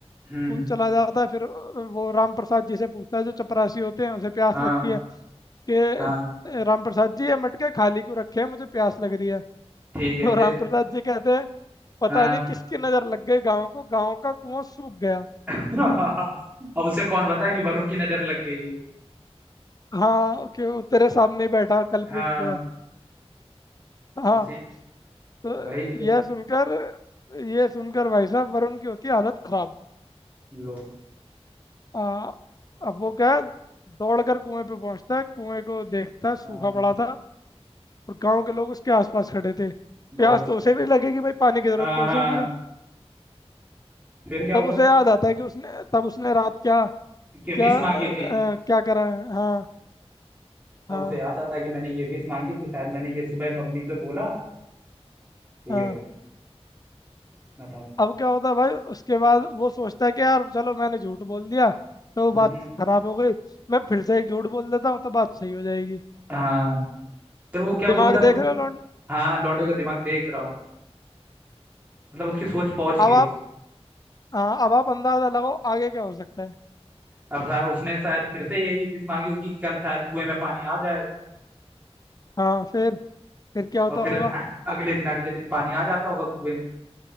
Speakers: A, on the left (about 35°); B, on the right (about 15°).
A: स्कूल
B: हम्म
A: चला जाता है फिर वो राम प्रसाद जी से पूछता है जो चपरासी होते हैं उसे प्यास
B: हाँ
A: लगती है कि
B: हाँ
A: राम प्रसाद जी ये मटके खाली क्यों रखे हैं मुझे प्यास लग रही है <laughs>
B: ठीक है
A: तो
B: फिर
A: रामप्रसाद जी कहते हैं पता
B: हाँ
A: नहीं किसकी नजर लग गई गांव को गांव का कुआं सूख गया
B: <laughs> अब उसे कौन बताए कि वरुण की नजर लग गई है
A: हाँ क्यों तेरे सामने ही बैठा कल्प्रिट
B: हाँ
A: जो है हाँ
B: उसी ने
A: तो
B: वही तो
A: यह सुनकर यह सुनकर भाई साहब वरुण की होती है हालत खराब
B: लो
A: आ, अब वो क्या है, दौड़ कर कुएं पे पहुंचता है कुएं को देखता है
B: हाँ
A: सूखा पड़ा था और गांव के लोग उसके आसपास खड़े थे
B: बहुत
A: प्यास तो उसे भी लगेगी भाई पानी की जरूरत
B: हाँ
A: तो
B: हाँ
A: उसे भी है
B: फिर क्या
A: तब
B: हुआ
A: उसे याद आता है कि उसने तब उसने रात क्या क्या
B: कि विश
A: अ,
B: मांगी थी
A: क्या करा है हाँ
B: तब
A: हाँ
B: उसे याद आता कि मैंने ये विश मांगी थी शायद मैंने ये सुबह मम्मी से बोला तो ये
A: हाँ
B: हो गया बताओ
A: अब क्या होता है भाई उसके बाद वो सोचता है कि यार चलो मैंने झूठ बोल दिया तो बात
B: हम्म
A: खराब हो गई मैं फिर से एक झूठ बोल देता हूँ तो बात सही हो जाएगी
B: हाँ फिर वो क्या बोलता
A: दिमाग
B: झूठ
A: देख रहे हो लौंड
B: हाँ लौंडे का दिमाग देख रहा हूँ मतलब उसकी सोच पहुंच गई
A: अब आप
B: उस
A: हाँ अब आप अंदाजा लगाओ आगे क्या हो सकता है
B: अब शा- उसने शायद फिर से यही विश मांगी हो कि कल शायद कुएं में पानी आ जाएगा
A: हाँ फिर फिर क्या होता
B: और फिर
A: होगा
B: अगले दिन अगले दिन पानी आ जाता होगा कुएं में